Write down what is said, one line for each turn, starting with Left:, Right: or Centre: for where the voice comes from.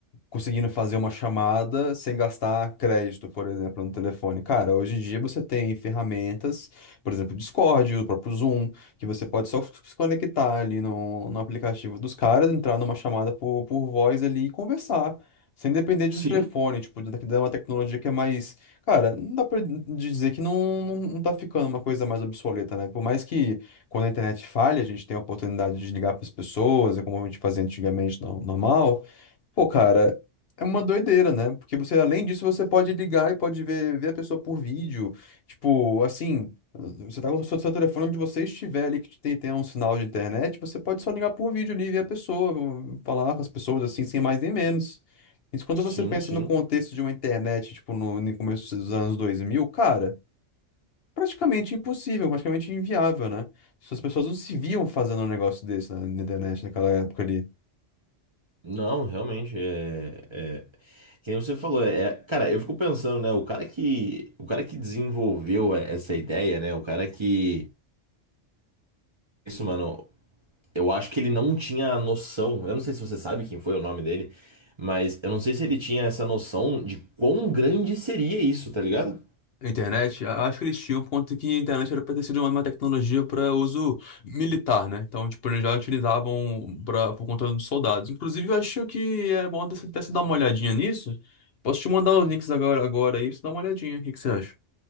Left: conseguindo fazer uma chamada sem gastar crédito, por exemplo, no telefone. Cara, hoje em dia você tem ferramentas, por exemplo, o Discord, o próprio Zoom, que você pode só se conectar ali no, no aplicativo dos caras, entrar numa chamada por, por voz ali e conversar. Sem depender de
Right: Sim.
Left: um telefone, tipo, da da uma tecnologia que é mais. Cara, não dá pra dizer que não, não, não tá ficando uma coisa mais obsoleta, né? Por mais que quando a internet falha, a gente tem a oportunidade de ligar para as pessoas, é como a gente fazia antigamente no- normal. Pô, cara, é uma doideira, né? Porque você, além disso, você pode ligar e pode ver, ver a pessoa por vídeo. Tipo, assim, você tá com o seu, seu telefone onde você estiver ali, que tem, tem um sinal de internet, você pode só ligar por vídeo ali e ver a pessoa, falar com as pessoas assim, sem mais nem menos. Isso quando
Right: Sim,
Left: você pensa
Right: sim.
Left: no contexto de uma internet, tipo, no, no começo dos anos dois mil cara, praticamente impossível, praticamente inviável, né? As pessoas não se viam fazendo um negócio desse na, na internet naquela época ali.
Right: Não, realmente, é, é... Que nem você falou, é, é- cara, eu fico pensando, né, o cara que, o cara que desenvolveu é, essa ideia, né, o cara que, isso, mano, eu acho que ele não tinha noção, eu não sei se você sabe quem foi o nome dele, mas eu não sei se ele tinha essa noção de quão grande seria isso, tá ligado?
Left: Internet, a- acho que eles tinham, por conta que a internet era para ter sido uma uma tecnologia para uso militar, né? Então, tipo, eles já utilizavam pra, por conta dos soldados. Inclusive, eu acho que é bom até você até você dar uma olhadinha nisso. Posso te mandar os links agora, agora aí, pra você dá uma olhadinha. O que que você acha?